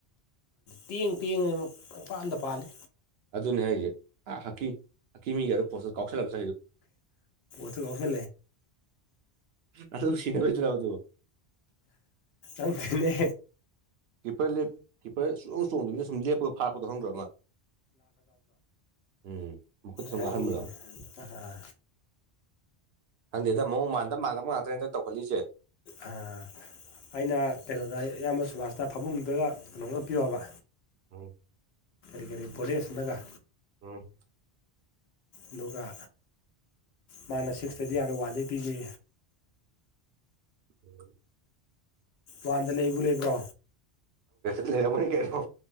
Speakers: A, on the left (about 70°); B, on the right (about 70°).
A: ꯇꯦꯡ ꯇꯦꯡ ꯄ ꯑꯝꯗ ꯄꯥꯜꯜꯂꯤ
B: ꯑꯗꯨꯅꯦ ꯍꯥꯏꯁꯦ ꯍꯥꯀꯤ ꯍꯛꯀꯤ ꯃꯤ ꯌꯥꯔ ꯄꯣ ꯀꯥꯎꯁꯜꯂꯛ
A: ꯠꯇ ꯀꯥꯎ ꯐꯦ
B: ꯑꯗꯨ ꯁꯤꯅꯔꯣꯏꯗ꯭ꯔꯥ ꯑꯗꯨ
A: ꯑꯪꯈꯅꯦ
B: ꯂꯦꯞꯄꯔ ꯆꯣꯡ ꯆꯣꯡꯗꯅꯤꯅ ꯁꯨꯝ ꯂꯦꯞꯄꯒ ꯐꯥꯄꯗꯣ ꯍꯧꯔꯈ꯭ꯔ ꯑꯃ ꯎꯝ ꯃꯈꯨꯠꯇ ꯁꯨꯝ
A: ꯍꯥꯏꯒ
B: ꯉꯥꯡꯍꯟꯕꯗꯣ
A: ꯑꯥ
B: ꯍꯪꯗꯦꯗ ꯃꯑꯣꯡ ꯃꯥꯟꯗ ꯃꯥꯟꯅꯕ ꯉꯥꯛꯇꯅꯦ ꯍꯇ ꯇꯧꯈꯠꯂꯤꯁꯦ
A: ꯑꯥ ꯑꯩꯅ ꯀꯩꯅꯣꯗ ꯑꯌꯥꯝꯕ ꯁꯨꯕꯥꯁꯇ ꯐꯥꯃꯨꯡꯗꯨꯒ ꯀꯩꯅꯣꯝꯃꯒ ꯄꯤꯌꯣ ꯍꯥꯏꯕ
B: ꯎꯝ
A: ꯀꯩ ꯀꯔꯤꯕꯣꯂꯤꯦꯁ ꯅꯒ
B: ꯎꯝ
A: ꯑꯗꯨꯒ ꯃꯥꯅ ꯁꯤꯛꯁꯇꯗꯤ ꯌꯥꯔꯦ ꯋꯥꯟꯗꯩ ꯄꯤꯈꯤ
B: ꯎꯝ
A: ꯋꯥꯟꯗ ꯂꯩꯕꯨ ꯂꯩꯕ꯭ꯔꯣ
B: ꯁꯔ ꯃꯅꯤ ꯀꯦ꯭ꯔ